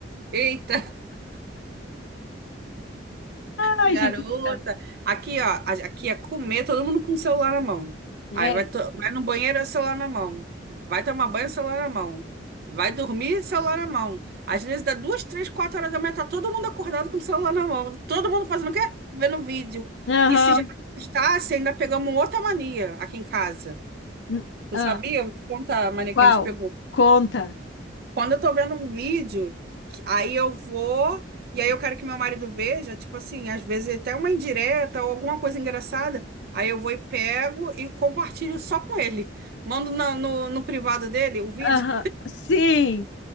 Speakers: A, on the right; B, on the left.
A: Eita,
B: Ai,
A: garota.
B: gente do céu.
A: Aqui, ó, a- aqui é comer, todo mundo com o celular na mão.
B: É.
A: Aí vai, to- vai no banheiro, é celular na mão. Vai tomar banho, celular na mão. Vai dormir, celular na mão. Às vezes dá duas, três, quatro horas da manhã, tá todo mundo acordado com o celular na mão. Todo mundo fazendo o quê? Vendo vídeo.
B: Aham.
A: E se já está, ainda pegamos outra mania aqui em casa.
B: N-
A: Tu
B: ah,
A: sabia? Eu vou te contar a mania
B: qual?
A: que a gente pegou.
B: Conta.
A: Quando eu tô vendo um vídeo, que- aí eu vou, e aí eu quero que meu marido veja, tipo assim, às vezes até uma indireta ou alguma coisa engraçada, aí eu vou e pego e compartilho só com ele. Mando na- no, no privado dele o vídeo.
B: Aham. Sim.